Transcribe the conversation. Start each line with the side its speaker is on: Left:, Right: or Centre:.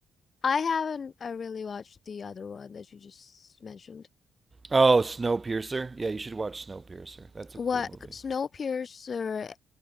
Left: I haven't I really watched the other one that you just mentioned.
Right: Oh, Snowpiercer. Yeah, you should watch Snowpiercer. That's a
Left: What
Right: cool movie.
Left: Snowpiercer?